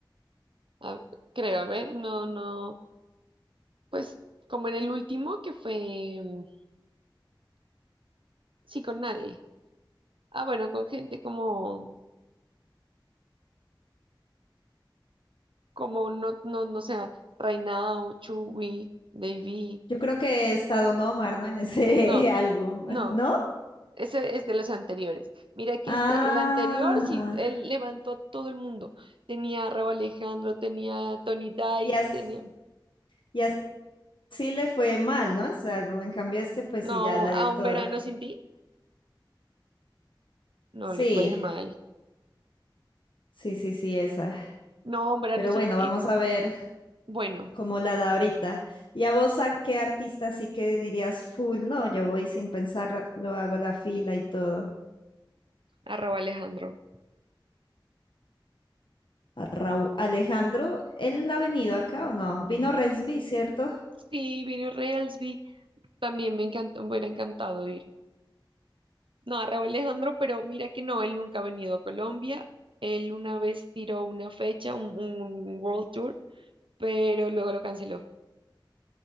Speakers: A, on the right (about 80°); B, on the left (about 70°).
A: a- creo, a ver, no, no. Pues como en el último que fue. mm, Sí, con nadie. Ah, bueno, con gente como. Como no, no, no sé, Reinao, Chuwi, Davy.
B: Yo creo que está Don Omar, ¿no? En ese
A: No,
B: <laughs> álbum,
A: no.
B: ¿no?
A: Ese es de los anteriores. Mira que
B: Ah,
A: este, el anterior, sí, él levantó a todo el mundo. Tenía a Rauw Alejandro, tenía a Tony Dice,
B: y as-
A: tenía.
B: y así le fue mal, ¿no? Ese álbum. En cambio, este, pues
A: No,
B: sí, ya la
A: a
B: dio toda.
A: un verano sin ti. No
B: Sí,
A: le fue mal.
B: sí, sí, sí, esa.
A: No, un verano
B: Pero
A: sin
B: bueno,
A: ti
B: vamos a ver
A: Bueno,
B: cómo la da ahorita. ¿Y a vos a qué artista sí que dirías full? No, yo voy sin pensar, lo hago la fila y todo.
A: arroba Alejandro.
B: A Raúl Alejandro, ¿él ha venido acá o no? Vino Relsby, ¿cierto?
A: Sí, vino Reelsby. También me encantó, me hubiera encantado ir. No, arroba Alejandro, pero mira que no, él nunca ha venido a Colombia. Él una vez tiró una fecha, un, un World Tour, pero luego lo canceló.